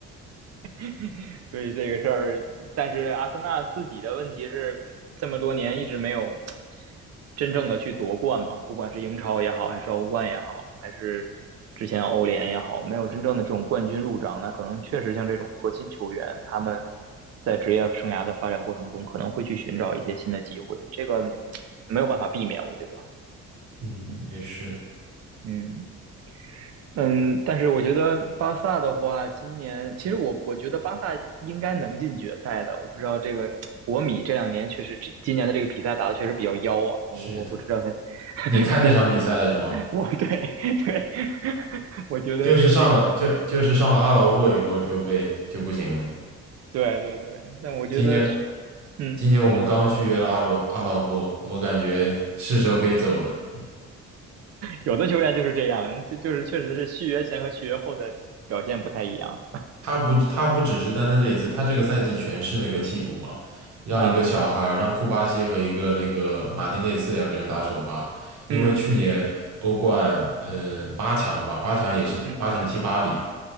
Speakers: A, on the right; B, on the right.
A: <laughs> 所以这个事儿，但是阿森纳自己的问题是这么多年一直没有真正的去夺冠嘛，不管是英超也好，还是欧冠也好，还是之前欧联也好，没有真正的这种冠军入账。那可能确实像这种核心球员，他们在职业生涯的发展过程中，可能会去寻找一些新的机会，这个没有办法避免，我觉得。
B: 嗯，
A: 嗯
B: 也是，
A: 嗯，嗯，但是我觉得巴萨的话，今年其实我我觉得巴萨应该能进决赛的。我不知道这个国米这两年确实，这今年的这个比赛打的确实比较妖啊。我我不知道，
B: 是的。
A: <laughs>
B: 你看那场比赛了是吗？
A: 我对 <laughs> 对，<laughs> 我觉得这这个
B: 就是上了就就是上了阿劳霍以后就被就不行了。
A: 对对对，但我觉得去
B: 今年
A: 嗯，
B: 今年我们刚续约了阿罗阿劳霍，
A: 你说
B: 我感觉是时候可以走了。
A: 有的球员就是这样，就就是确实是续约前和续约后的表现不太一样
B: 他不他不只是单单这一次，他这个赛季全是那个替补嘛，让一个小孩儿让库巴西和一个那个马丁内斯两个人打首发，
A: 啊。
B: 因为去年欧冠嗯、
A: 嗯
B: 呃八强吧，八强也是八强踢巴黎，
A: 嗯